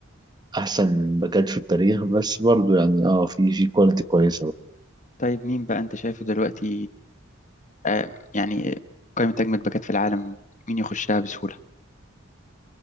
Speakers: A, on the right; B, on the left.
A: احسن باكات في التاريخ بس برضو يعني اه في في كواليتي كويسه بقى.
B: طيب مين بقى انت شايفه دلوقتي آه، يعني قائمة أجمد باكات في العالم مين يخشها بسهولة